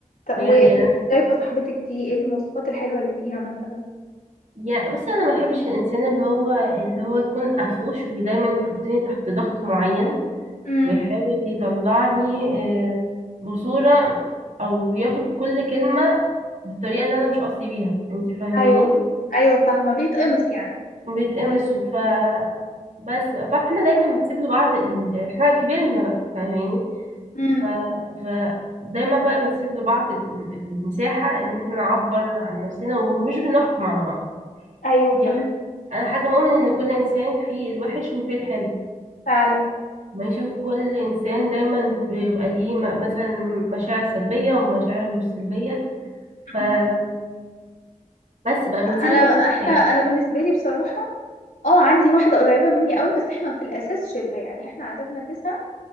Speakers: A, on the left; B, on the right.
A: ط-
B: بجد
A: وانت
B: يعني أنا-
A: شايفة صاحبتك دي ايه المواصفات الحلوة اللي فيها مثلا
B: يا بصي انا ما بحبش الانسان اللي هو اللي هو يكون قفوش ودايما يحطني تحت ضغط معين
A: امم
B: ويحاول يطلعني آه، بصورة او ياخد كل كلمة بالطريقة اللي انا مش قصدي بيها انت فاهماني
A: ايوه ايوه فاهمة بيتقمص يعني
B: بيتقمصوا ف بس فاحنا دايما بنسيب لبعض ال- احنا كبرنا بقى فاهماني
A: امم
B: ف... فدايما بقى بنسيب لبعض ال- ال- المساحة ان احنا نعبر عن نفسنا ومش بنحكم على بعض
A: ايوه فاهمة
B: يعني انا حد مؤمن ان كل انسان فيه الوحش وفيه الحلو
A: فعلا
B: ماشي كل انسان دايما بيبقى ليه م- مثلا مشاعر سلبية ومشاعر مش سلبية فبس
A: مم.
B: بقى بنسيب
A: انا
B: المساحة
A: احنا
B: للواحد.
A: انا بالنسبة لي بصراحة اه عندي واحدة قريبة مني قوي بس احنا في الأساس شلة يعني احنا عددنا تسعة